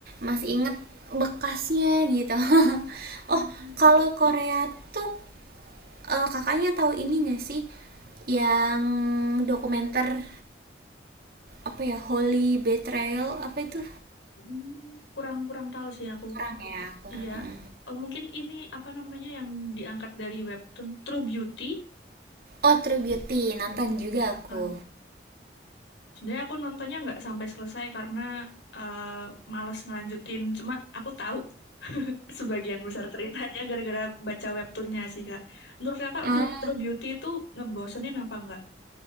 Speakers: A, on the right (about 55°); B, on the left (about 85°).
A: masih inget bekasnya gitu <laughs>
B: Mm.
A: oh kalau Korea tuh eh, kakaknya tahu ini nggak sih yang dokumenter apa ya Holy Betrayal apa itu
B: Mm. Kurang-kurang tahu sih aku.
A: kurang ya kurang
B: Iya,
A: mm.
B: Eh, mungkin ini apa namanya yang diangkat dari webtoon True Beauty.
A: oh True Beauty nonton juga
B: Nonton.
A: aku
B: Sebenarnya aku nontonnya nggak sampai selesai karena eh, males ngelanjutin. Cuma aku tahu sebagian besar ceritanya gara-gara baca webtoonnya sih, Kak. Menurut Kakak,
A: Ah,
B: film True Beauty itu ngebosenin apa nggak?